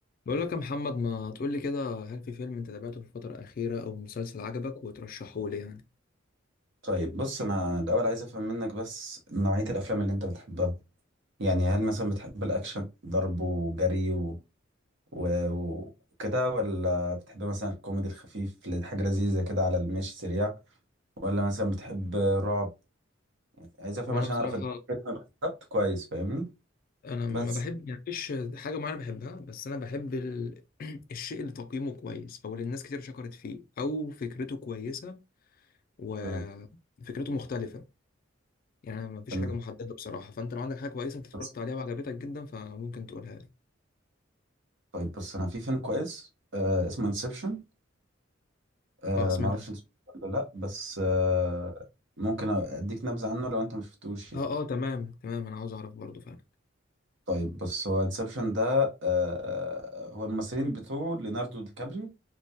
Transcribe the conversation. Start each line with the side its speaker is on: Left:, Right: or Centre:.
Left: بقول لك يا محمد ما تقول لي كده هل في فيلم انت تابعته في الفترة الأخيرة أو مسلسل عجبك وترشحه لي يعني
Right: طيب بص انا الاول عايز افهم منك بس نوعية الافلام اللي انت بتحبها يعني هل مثلا بتحب الاكشن ضرب وجري و... و... وكده ولا بتحب مثلا الكوميدي الخفيف اللي حاجة لذيذة كده على المشي سريع ولا مثلا بتحب رعب عايز افهم
Left: وأنا
Right: عشان
Left: بصراحة
Right: اعرف الفيلم <laughs> بالظبط كويس فاهمني
Left: أنا ما
Right: بس
Left: بحب يعني مفيش حاجة معينة بحبها بس أنا بحب ال... <clears throat> الشيء اللي تقييمه كويس أو اللي الناس كتير شكرت فيه أو فكرته كويسة وفكرته
Right: تمام
Left: مختلفة يعني أنا ما فيش
Right: تمام
Left: حاجة محددة بصراحة فأنت لو عندك حاجة كويسة أنت اتفرجت
Right: بس.
Left: عليها وعجبتك جدا فممكن تقولها لي
Right: طيب بص انا في فيلم كويس آه اسمه انسبشن آه
Left: أه سمعت
Right: معرفش انت شفته ولا لا بس آه ممكن اديك نبذة عنه لو انت مشفتوش يعني
Left: أه أه تمام تمام أنا عاوز أعرف برضه فعلا
Right: طيب بص هو انسبشن ده آه هو الممثلين بتوعه ليوناردو دي كابريو